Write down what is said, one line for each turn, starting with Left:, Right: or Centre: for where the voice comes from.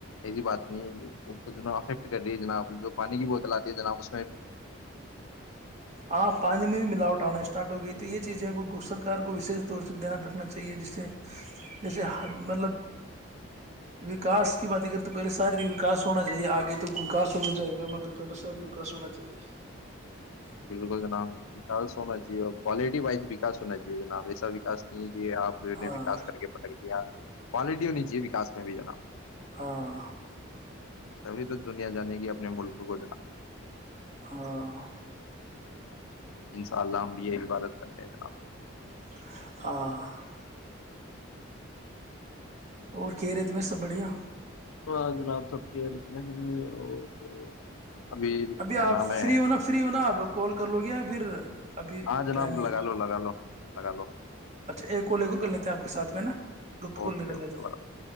Left: ایسی بات نہیں ہے وہ کھ ن افیکٹ کر رہی جناب جو پانی کی بوت آ ہےناب اس سے
Right: ہاں پانی میں بھی ملاوٹ آنا اسٹارٹ ہو گئی تو یہ چیزیں کو سرک کو وش طور سے دھیان رکھنا چاہیے جسے جیسے مطلب وکاس کی بات کریں تو پہلے شاریاس ہونا چاہیے آگے تو وکاس ہو جائے گا مگر پہل شاریا ہونا چاہیے <unintelligible>
Left: بالکل جناب وکس ہونا چاہیے اور کوالٹی وائز وکاس ہونا چاہیے جناب ایسا وکا نہیں یہ آپ
Right: ہاں
Left: نے وکاس کر کے پٹک دیا کوالٹی ہونی چاہے وکا میں بھی جناب
Right: ہاں
Left: ابھی توک دنیا جانے گی اپنے ملکوں کو جناب
Right: ہاں
Left: انشاء اللہ ہم بھی یہ عبادت کرتے ہیں جناب
Right: <unintelligible> اور کہ رےت میں سب بڑھیا
Left: ہ جناب سب کھیل میں ہیں اور کیا
Right: ابھی آپ
Left: نام
Right: فری
Left: ہے
Right: ہونا فری ہونا آپ کال کر لو گے پھر ابھی
Left: ہاں جناب
Right: ٹائم نہیں
Left: لگا لو لگا لو لگا لو
Right: اچھا ایک اورولے کر لیتے ہیں آپ کے ساتھ میں نا گپتگور
Left: اوکے
Right: لے کر
Left: اوکے
Right: لیتے ہیں